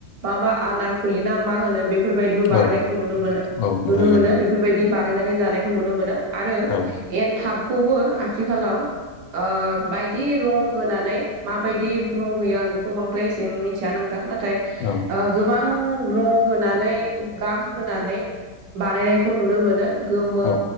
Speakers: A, on the right; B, on the left.
A: माबा आनार खोलिना मा होनो बे बेफोरबायदिबो बानायनायखौ
B: औ
A: नुनो मोनो
B: औ नुयो
A: नुनो मोनो
B: नुयो
A: बेफोरबायदि बानायनानै जानायखौ नुनो मोनो। आरो
B: औ
A: एनथाबखौबो आथिखालाव ओ बायदि रं होनानै माबायदि रं होयो आं बेखौ बांद्राय एसे मिथिया नोंथां नाथाय
B: ओं।
A: गोबां रं होनानै गाब होनानै बानायनायखौ नुनो मोनो। गोमो
B: औ